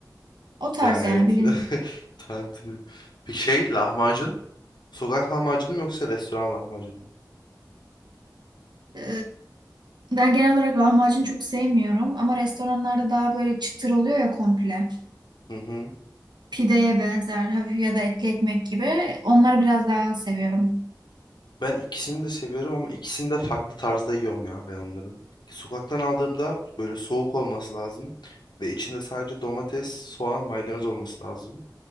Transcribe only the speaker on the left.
Yani
evet.
<laughs> Tantuni. Bir şey lahmacun. Sokak lahmacunu mu yoksa restoran lahmacunu? mu?
Hı hı.
Ben ikisini de seviyorum ama ikisini de farklı tarzda yiyorum ya ben onların. Sokaktan aldığımda böyle soğuk olması lazım. Ve içinde sadece domates, soğan, maydanoz olması lazım.